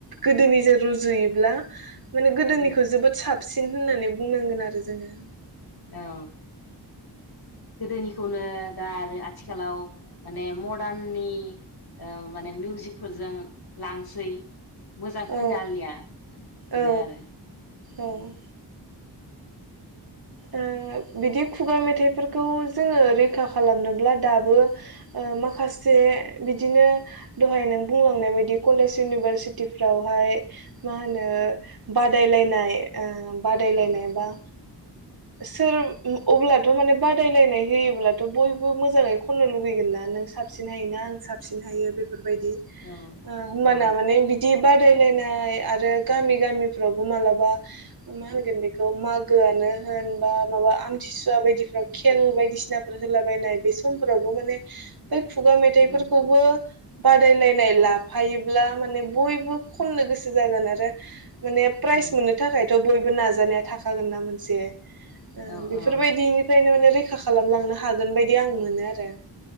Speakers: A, on the right; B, on the left.
A: गोदोनि जों रुजुयोब्ला माने गोदोनिखौ
B: उम
A: जोबोद साब साबसिन होननानै बुंनांगोन आरो जोङो।
B: औ गोदोनिखौनो दा आरो आथिखालाव माने मडार्ननि ओ माने मिउजिकफोरजों लांसै मोजां
A: औ
B: खोनो आलिया बेनो
A: औ
B: आरो
A: औ
B: उम।
A: ओ‌ बिदि खुगा मेथाइफोरखौ जोङो रैखा खालामनोब्ला दाबो ओ माखासे बिदिनो दहाय नों बुंलांनाय बायदि कलेज इउनिभारसिटि फावहाय मा होनो ओ‌ बादायलायनाय ओ बादायलायनाय
B: औ
A: बा सोर अब्लाथ' माने बादायलायनाय होयोब्लाथ‌' बयबो मोजाङै खननो लुगैगोन ना नों साबसिन हायोना आं साबसिन हायो। बे फोरबायदि
B: औ
A: होमबाना
B: औ
A: माने बिदि बादायलायनाय आरो गामि गामिफ्रावबो मालाबा मा होनगोन बेखौ मागोआनो होन बा माबा आमथिसुवा बायदिफ्राव खेल बायदिसिनाफोर होलाबायायनाय बे समफोरावबो माने बै खुगा मेथाइफोरखौबो
B: उम
A: बादायलायनाय लाफायोब्ला माने बयबो खननो गोसो जागोन आरो माने प्राइज
B: औ
A: मोननो थाखायथ' बय बो नाजानाया थाखागोन ना मोनसे ओ‌
B: औ
A: बेफोरबायदिनिफ्रायनो
B: औ
A: माने रै खा खालामलांनो हागोन बायदि आं मोनो आरो